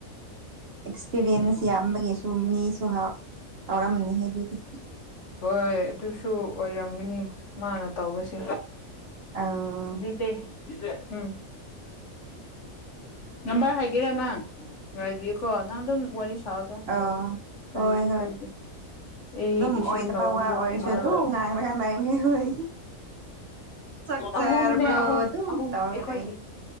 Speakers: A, on the right; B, on the left.
A: ꯑꯦꯛꯁꯄꯤꯔꯤꯌꯦꯟꯁ ꯌꯥꯝꯕꯒꯤꯁꯨ ꯃꯤꯁꯨ ꯇꯎꯔꯝꯅꯤ ꯑꯗꯨꯒꯤ
B: ꯍꯣꯏ ꯑꯗꯨꯁꯨ ꯑꯣꯏꯔꯝꯒꯅꯤ ꯃꯥꯅ ꯇꯧꯕꯁꯤꯡ
A: ꯑꯧ
B: ꯖꯤꯄꯦꯦꯝ ꯅꯝꯕꯔ ꯍꯥꯏꯒꯦꯔ ꯅꯪ ꯉꯥꯏꯕꯤꯌꯨꯀꯣ ꯅꯪ ꯑꯗꯨꯝ ꯋꯥꯔꯤ ꯊꯥꯎ ꯊ
A: ꯑꯧ
B: ꯀꯔꯤꯁꯤ
A: ꯍꯣꯏ ꯍꯣꯏ
B: ꯀꯥꯏ ꯑꯩ
A: ꯑꯗꯨꯝ
B: ꯏꯁꯤꯡ
A: ꯑꯣꯏꯗꯕ
B: ꯅꯧꯗ
A: ꯋꯥ ꯑꯣꯏꯔꯁꯨ
B: ꯃꯤꯗ
A: ꯑꯗꯨꯝ ꯉꯥꯡꯂꯒ ꯂꯩꯕꯅꯦ ꯍꯣꯏ ꯆꯥꯛ ꯆꯥꯔꯕ꯭ꯔꯣ
B: ꯑꯍꯨꯝꯅꯦ ꯑꯍꯨꯝ
A: ꯑꯗꯨꯝ
B: ꯑꯍꯨꯝ
A: ꯇꯧꯔꯒ
B: ꯑꯩꯈꯣꯏꯒꯤ
A: ꯂꯩꯅꯤ